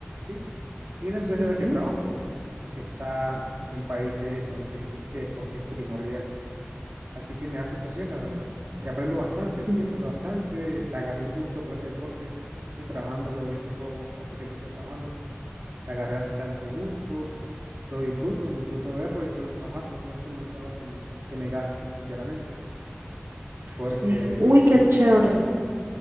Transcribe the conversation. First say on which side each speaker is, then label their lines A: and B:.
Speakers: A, on the right; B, on the right.
A: ¿sí? Y la empresa
B: Sí.
A: en la que trabajo, pues, está en países donde ese deporte es primordial. Así que me da súper
B: Sí.
A: bien, la verdad. Y aprendo bastante,
B: Sí.
A: sí, aprendo bastante. Le agarré un gusto por ese deporte. Sí, trabajándolo, ya tengo bastante tiempo trabajando. Le agarré bastante gusto. Lo disfruto, disfruto verlo, disfruto trabajarlo. No es como un trabajo que me, que me gaste, sinceramente, porque
B: Sí, uy,
A: lo disfruto.
B: qué chévere,